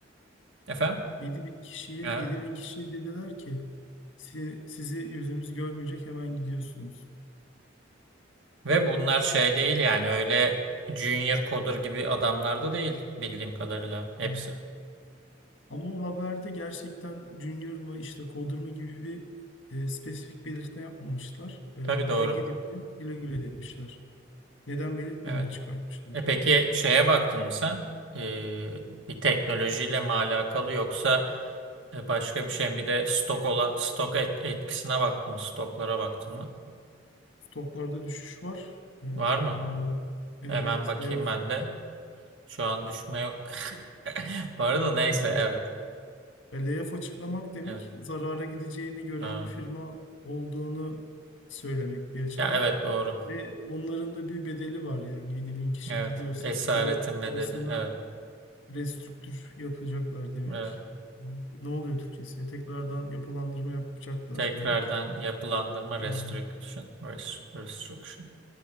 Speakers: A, on the right; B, on the left.
A: Efendim?
B: yedi bin kişiye
A: Evet.
B: yedi bin kişiye dediler ki "Si- sizi gözümüz görmeyecek hemen gidiyorsunuz.
A: Ve bunlar şey değil yani öyle junior coder gibi adamlar da değil bildiğim kadarıyla hepsi.
B: Evet. Ama o haberde gerçekten Junior mu işte Coder mı gibi bir e, spesifik belirtme yapmamışlar. E, yani
A: Tabii doğru.
B: direkt 7000 güle güle demişler. Neden belirtmeden
A: Evet.
B: çıkartmışlar.
A: E peki şeye baktın mı sen? Ee, bir teknolojiyle mi alakalı yoksa e, başka bir şey mi? Bir de stok olan stok et- etkisine baktın mı? Stoklara baktın mı?
B: Stoklarda düşüş var. E, yani
A: Var mı?
B: o evet
A: Hemen
B: evet
A: bakayım
B: layoff
A: ben de. Şu an düşme yok. <laughs> Bu arada neyse
B: yani
A: evet.
B: E, layoff açıklamak demek
A: Evet.
B: zarara gideceğini gören
A: Ha.
B: bir firma olduğunu söylemek bir açıdan.
A: Ya evet doğru.
B: Ve onların da bir bedeli var yani yedi bin kişi
A: Evet.
B: gidiyorsa
A: Esaretin
B: opera, operasyonel
A: bedeli. Evet.
B: restrüktür yapacaklar demek.
A: Evet.
B: Ne oluyor Türkçesi? Tekrardan yapılandırma yapacaklar
A: Tekrardan
B: demek.
A: yapılandırma restriction.
B: Yani,
A: rest- Restriction.